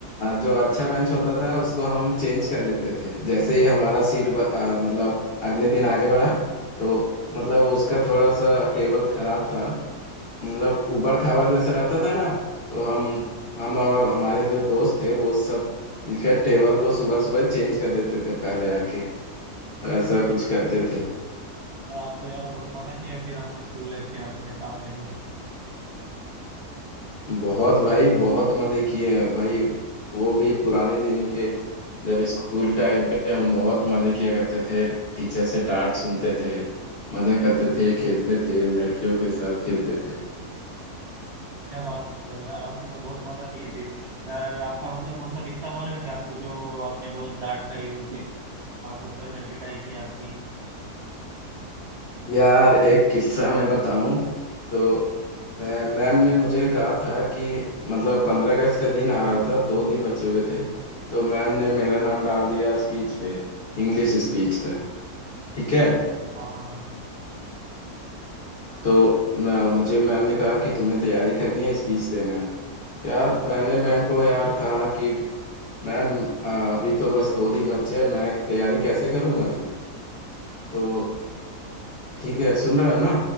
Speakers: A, on the left; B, on the right.
A: जो अच्छा बेंच होता था उसको हम चेंज कर लेते थे जैसे ही हमारा सीट ब, अ, मतलब अगले दिन आगे बढ़ा तो मतलब उसका थोड़ा सा टेबल खराब था मतलब ऊबड़ खाबड़ जैसा रहता था ना तो हम हम और हमारे जो दोस्त थे वो सब मिलकर टेबल को सुबह सुबह चेंज कर देते थे पहले आके ऐसा कुछ करते थे
B: और आप तो यार बहुत मजा किया फिर आपने स्कूल लाइफ की आपने आपने तो
A: बहुत भाई बहुत मजे किए हैं भाई वो भी पुराने दिन के जब स्कूल टाइम पे हम बहुत मजे किया करते थे टीचर से डांट सुनते थे मजे करते थे खेलते थे लड़कियों के साथ खेलते थे
B: क्या बात कर रहे हो यार आपने तो बहुत मजा की फिर यार आपका मतलब कौन सा किस्सा मालूम है कि आपको जो आपने बहुत डांट खाई उस दिन आपको सर ने पिटाई की आपकी
A: यार एक किस्सा मैं बताऊं तो अ, मैम ने मुझे कहा था कि मतलब पंद्रह अगस्त का दिन आ रहा था दो दिन बचे हुए थे तो मैम ने मेरा नाम डाल दिया स्पीच पे इंग्लिश स्पीच था ठीक है
B: हाँ हाँ हाँ
A: तो मैं मुझे मैम ने कहा कि तुम्हें तैयारी करनी है स्पीच देना है यार मैंने मैम को यार कहा कि मैम अ, अभी तो बस दो दिन बचे हैं मैं तैयारी कैसे करूंगा फिर तो ठीक है सुन रहा है ना